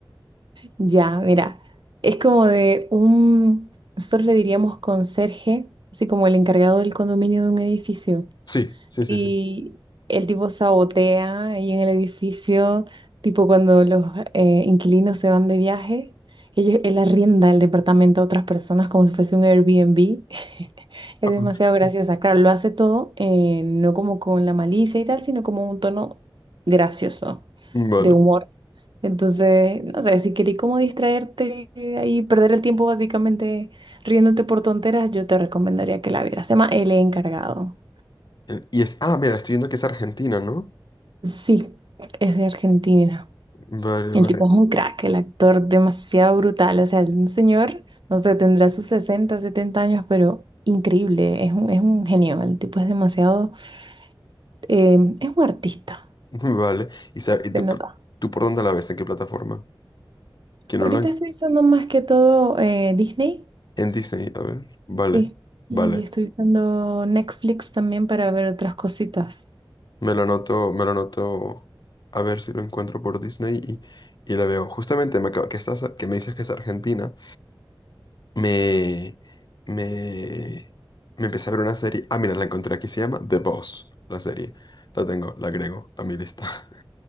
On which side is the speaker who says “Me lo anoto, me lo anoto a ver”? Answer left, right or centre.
Left